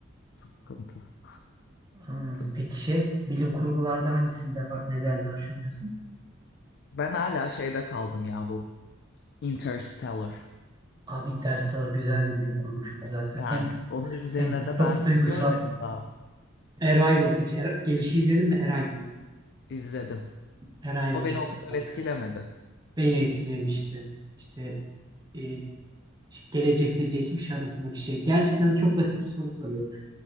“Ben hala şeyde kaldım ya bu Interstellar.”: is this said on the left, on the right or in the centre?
Left